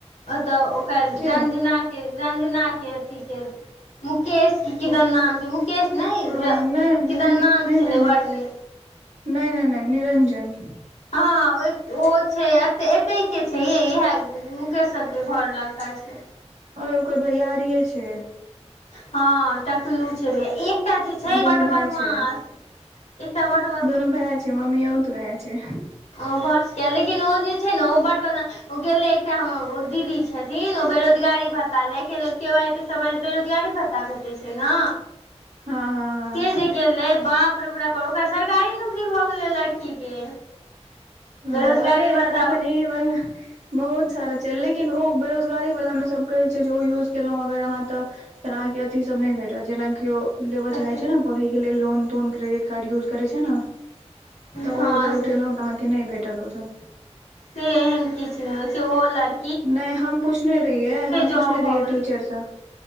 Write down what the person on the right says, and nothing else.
के
ओ
नहि
नहि
नहि
नहि नहि
नहि नहि नहि निरञ्जन।
अरे ओकर भैयारीये छय।
दुनू
भाय
छै ओ
दुनू भैय छै ममियौत भैय छै।
हँ हँ
ओ
अरे यार
अखन इ बला बहुत सारा छय लेकिन ओ बेरोजगारी बला मे सब कहय छै जे ओ यूज केलहुं अगर अहाँ तऽ फेर अहाँके अथि सब नहि भेटत जेनाकि ओ लेबऽ
चाहे छय न पढ़य के लेल लोन तोन क्रेडिट कार्ड यूज करै छै न। तऽ
ओ अगर उठेलहुँ
तऽ अहाँके नहि भेटत ओसभ।
नहि हम पूछने रहियै हम
पूछने
रहियै
टीचरस।